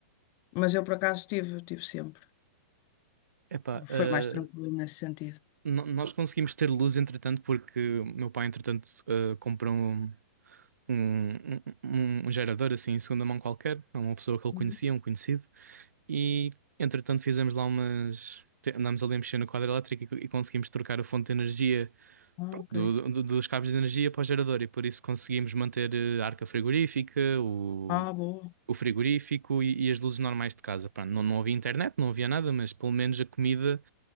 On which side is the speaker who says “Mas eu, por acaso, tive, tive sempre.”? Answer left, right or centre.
Left